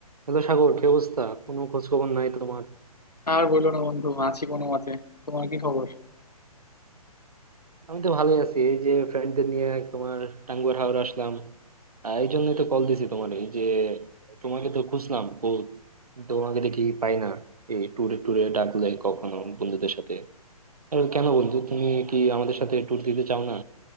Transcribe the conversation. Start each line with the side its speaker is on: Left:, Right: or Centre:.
Right: Hello Sagar কি অবস্থা কোনো খোঁজ খবর নাই তোমার
Left: আর বললো না বন্ধু আছি কোনো মতে তোমার কি খবর
Right: আমি তো ভালোই আছি এই যে ফ্রেন্ডদের নিয়ে তোমার টাঙ্গুয়ার হাওর আসলাম আহ, এই জন্যই তো কল দিছি তোমার এই যে তোমাকে তো খুঁজলাম বহুত তোমাকে দেখি পাই না এই ট্যুরে ট্যুরে ডাকলে কখনো বন্ধুদের সাথে আর কেন বন্ধু তুমি কি আমাদের সাথে ট্যুর দিতে চাও না